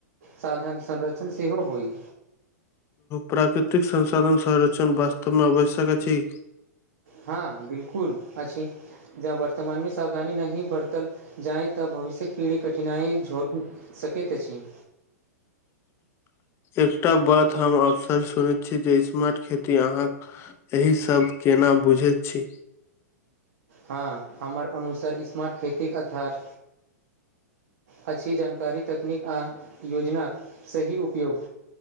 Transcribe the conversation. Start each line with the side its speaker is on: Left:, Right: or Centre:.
Right: साधन संरक्षण सेहो होइ
Left: प्राकृतिक संसाधन संर्षण वास्तव में आवश्यक अछि
Right: हँ बिल्कुल अछि जब वर्तमानमें सावधानी नहि बरतल जाई तऽ भविष्यक पीढ़ी कट कठिनाइ झड़ सकैत अछी
Left: एकटा बात हम अक्सर सुनैत छी जे स्मार्ट खेती अहाँक एहि शब्द केना बुझैत छी
Right: हँ हमर अनुसार स्मार्ट खेतीके आधार अछि जानकारी तकनीक आ योजनाक सही उपयोग